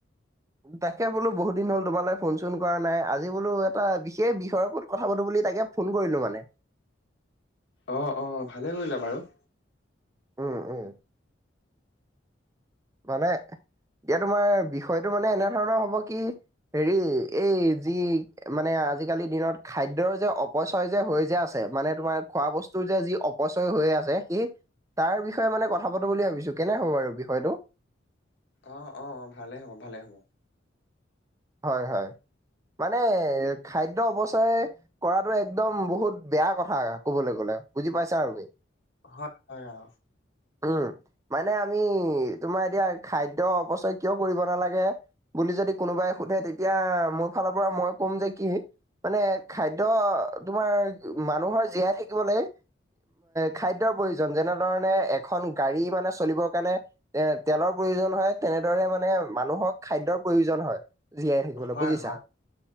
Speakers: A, on the right; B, on the left.
A: তাকে বোলো বহুত দিন হ'ল তোমালৈ ফোন চোন কৰা নাই আজি বোলো এটা বিশেষ বিষয়ৰ প্ৰতি কথা পাতো বুলি তাকে ফোন কৰিলো মানে।
B: অঁ অঁ ভালে কৰিলা বাৰু।
A: উম উম। মানে এতিয়া তোমাৰ বিষয়টো মানে এনে ধৰণৰ হব কি হেৰি এই যি মানে আজিকালি দিনত খাদ্যৰ যে অপচয় যে হৈ যে আছে মানে তোমাৰ খোৱা ব স্তু যি অপচয় হৈ আছে। সেই তাৰ বিষয়ে মানে কথা পাতো বুলি ভাবিছো, কেনে হব বাৰু বিষয়টো?
B: অঁ অঁ, ভালে হ'ব ভালে হ'ব।
A: হয়, হয়। মানে খাদ্য অপচয়। কৰাটো একদম বহুত বেয়া কথা ক'বলৈ গ'লে বুজি পাইছা আৰু কি।
B: <unintelligible> হয় অ।
A: উম। মানে আমি তোমাৰ এতিয়া খাদ্য অপচয় কিয় কৰিব নালাগে? বুলি যদি কোনোবাই সোধে তেতিয়া মোৰ ফালৰ পৰা মই ক'ম যে কি। মানে খাদ্য, তোমাৰ মানুহৰ জীয়াই থাকিবলৈ। খাদ্যৰ প্ৰয়োজন যেনেধৰণে এখন গাড়ী মানে চলিবৰ কাৰণে। এ, তেলৰ প্ৰয়োজন হয় তেনেদৰে মানে মানুহক খাদ্যৰ প্ৰয়োজন হয়। জীয়াই থাকিবলৈ
B: হয়
A: বুজিছা?
B: হয়